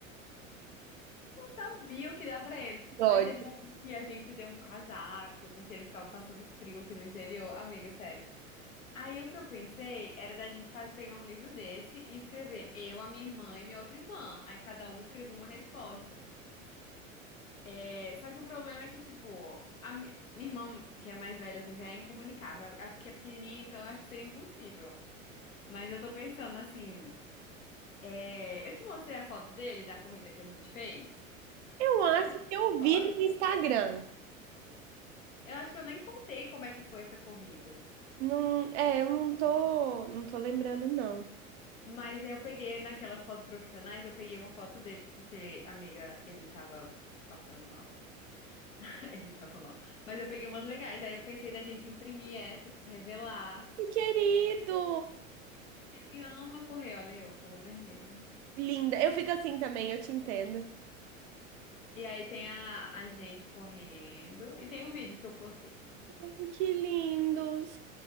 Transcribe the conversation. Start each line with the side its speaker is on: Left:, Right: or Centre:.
Left: <laughs> Sabia o que dá pra ele.
Right: Dói.
Left: Aí teve um ano que a gente deu um casaco, porque ele ficava passando frio aqui no interior. Amiga, sério. Aí o que eu pensei era da gente faz- pegar um livro desse e escrever eu, a minha irmã e minha outra irmã. Aí cada uma escrevia uma resposta. É, só que o problema é que, tipo, a mi- minha irmã, que é mais velha, assim, já é incomunicável. A a que é pequenininha, então eu acho que seria impossível. Mas eu tô pensando assim. é, Eu te mostrei a foto dele da corrida que a gente fez?
Right: Eu acho
Left: Conta
Right: que
Left: a
Right: eu
Left: história.
Right: vi no Instagram.
Left: Eu acho que eu nem contei como é que foi essa corrida.
Right: Não, é, eu não tô, não tô lembrando, não.
Left: Mas eu peguei naquelas fotos profissionais, eu peguei uma foto dele, porque, amiga, ele tava passando mal. <laughs> Ele tava mal. Mas eu peguei umas legais. Aí eu pensei da gente imprimir essa, tipo, revelar.
Right: Que Querido!
Left: Ele ama correr, olha eu, toda vermelha.
Right: Linda. Eu fico assim também, eu te entendo.
Left: E aí tem a, a gente correndo. E tem um vídeo que eu postei.
Right: Ai, Que lindos.